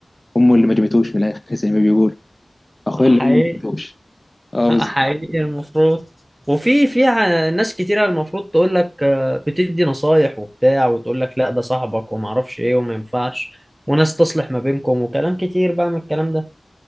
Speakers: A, on the left; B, on the right.
A: أمه اللي ما جابتوش من الآخر <laughs> زي ما بيقول أخويا
B: حقيقي
A: اللي أمه ما جابتوش اه
B: حقيقي
A: بالظبط
B: المفروض وفي في ع- ناس كتيرة المفروض تقول لك آه، بتدي نصايح وبتاع وتقول لك لا ده صاحبك وما اعرفش ايه وما ينفعش وناس تصلح ما بينكم وكلام كتير بقى من الكلام ده